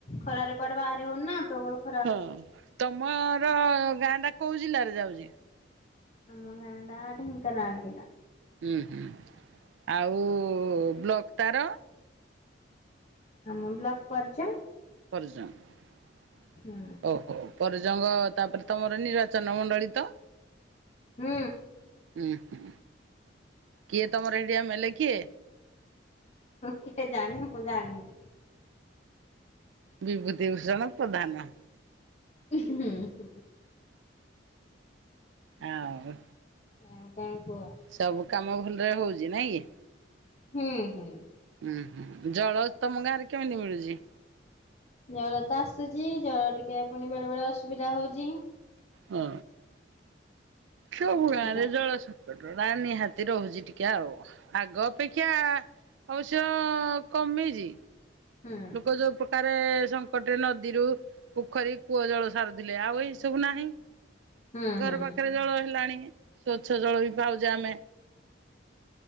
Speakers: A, on the left; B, on the right.
A: ଖରାରେ କୁଆଡ଼େ ବାହାରି ହଉନି ନା ପ୍ରବଳ ଖ
B: ହୁଁ ତମର ଗାଁ ଟା କୋଉ ଜିଲ୍ଲାରେ ଯାଉଛି?
A: ଆମ ଗାଁ ଟା ଢେଙ୍କାନାଳ ଜିଲ୍ଲା।
B: ହୁଁ ହୁଁ ଆଉ ବ୍ଲକ୍ ତାର?
A: ଆମ ବ୍ଲକ ପର୍ଯ୍ୟଙ୍ଗ।
B: ପର୍ଯ୍ୟଙ୍ଗ।
A: ହୁଁ।
B: ଓହୋ ପଜଙ୍ଗ ତାପରେ ତମର ନିର୍ବାଚନ ମଣ୍ଡଳୀ ତ?
A: ହୁଁ।
B: ହୁଁ ହୁଁ କିଏ ତମର ହେଇଡି ଏମେଲେ କିଏ?
A: କେ ଜାଣି ମୁଁ ଜାଣିନି।
B: ବିଭୂତି ଭୂଷଣ ପ୍ରଧାନ।
A: ହୁଁ ହୁଁ ହୁଁ।
B: ଆଉ।
A: ଆଉ କଣ କୁହ?
B: ସବୁ କାମ ଭଲରେ ହଉଛି ନାଇଁ କି?
A: ହୁଁ ହୁଁ।
B: ଉଁ ହୁଁ ଜଳ ତମ ଗାଁ ରେ କେମିତି ମିଳୁଛି?
A: ଜଳ ତ ଆସୁଛି ଜଳ ଟିକେ ପୁଣି ବେଳେ ବେଳେ ଅସୁବିଧା ହଉଛି।
B: ହୁଁ। ସବୁ ଗାଁରେ
A: ଆଜ୍ଞା
B: ଜଳସଙ୍କଟ ରା ନିହାତି ରହୁଛି ଟିକେ ଆଉ ଆଗ ଅପେକ୍ଷା ଅବଶ୍ୟ କମିଛି।
A: ହୁଁ।
B: ଯ ଯୋଉ ପ୍ରକାରେ ସଙ୍କଟରେ ନଦୀରୁ ପୋଖରୀ କୂଅ ଜଳ ସାରୁଥିଲେ ଆଉ ଏଇ ସବୁ ନାହିଁ।
A: ହୁଁ
B: ଘର
A: ହୁଁ
B: ପାଖରେ ଜଳ ହେଲାଣି ସ୍ଵଚ୍ଛ ଜଳ ବି ପାଉଛେ ଆମେ।